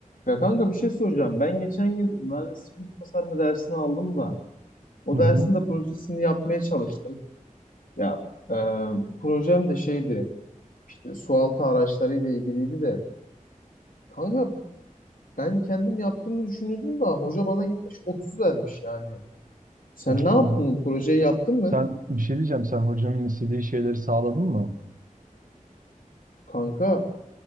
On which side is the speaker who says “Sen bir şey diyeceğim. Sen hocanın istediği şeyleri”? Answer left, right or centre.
Right